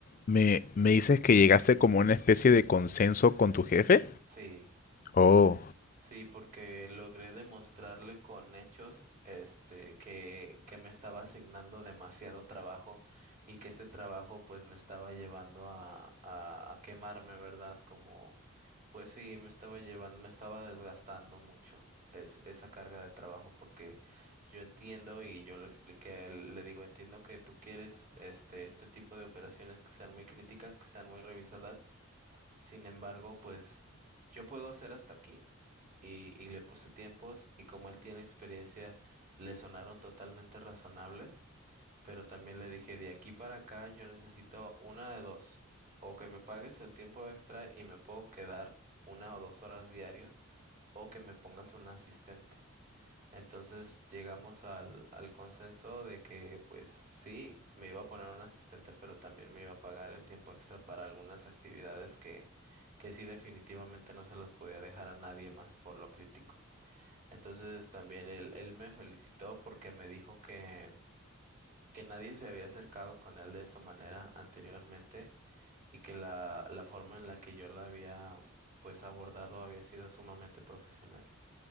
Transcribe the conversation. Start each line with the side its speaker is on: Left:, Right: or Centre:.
Left: me, me dices que llegaste como a una especie de consenso con tu jefe.
Right: Sí.
Left: Oh.
Right: Sí, porque logré demostrarle con hechos, este, que, que me estaba asignando demasiado trabajo y que ese trabajo pues me estaba llevando a, a, a quemarme, ¿verdad? Como, pues sí, me estaba llevando, me estaba desgastando mucho es, esa carga de trabajo porque yo entiendo y yo lo expliqué a él, le digo, entiendo que tú quieres este, este tipo de operaciones que sean muy críticas, que sean muy revisadas, sin embargo, pues yo puedo hacer hasta aquí y, y le puse tiempos y como él tiene experiencia, le sonaron totalmente razonables, pero también le dije, de aquí para acá yo necesito una de dos, o que me pagues el tiempo extra y me puedo quedar una o dos horas diario, o que me pongas un asistente. Entonces llegamos al, al consenso de que pues sí, me iba a poner un asistente, pero también me iba a pagar el tiempo extra para algunas actividades que, que sí definitivamente no se las podía dejar a nadie más por lo crítico. Entonces también él, él me felicitó porque me dijo que, que nadie se había acercado con él de esa manera anteriormente y que la, la forma en la que yo la había pues abordado había sido sumamente profesional.